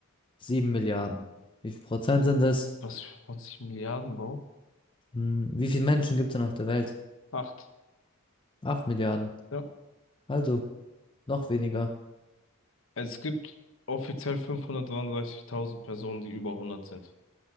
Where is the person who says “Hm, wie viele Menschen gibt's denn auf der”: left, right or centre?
Left